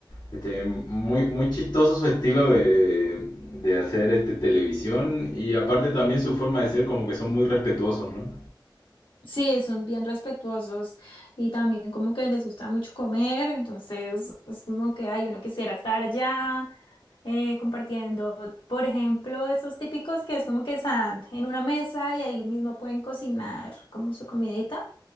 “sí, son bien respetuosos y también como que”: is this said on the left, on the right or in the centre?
Left